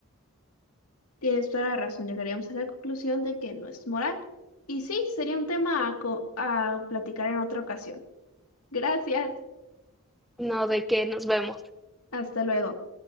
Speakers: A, on the left; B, in the centre.
A: Tienes toda la razón, llegaríamos a la conclusión de que no es moral. Y sí, sería un tema a, co- a platicar en otra ocasión. Gracias,
B: No de que nos vemos.
A: hasta luego.